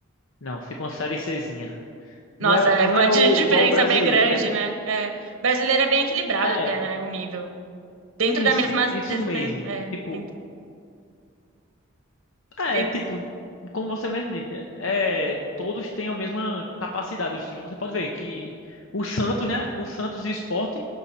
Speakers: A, on the left; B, on the right.
A: não, fica uma série Czinha.
B: Nossa,
A: Não é,
B: é
A: não
B: uma
A: é
B: di-
A: o,
B: diferença
A: igual o brasileiro,
B: bem grande,
A: né?
B: né? É, o brasileiro é bem equilibrado
A: É,
B: até, né? O nível. Dentro
A: isso,
B: da mesma.
A: isso
B: des-
A: mesmo.
B: me- é,
A: Tipo,
B: dentro,
A: É,
B: dentro-
A: tipo, como você mesmo disse, é, todos têm a mesma capacidade, os times. Você pode ver que o Santos, né? O Santos e o Sport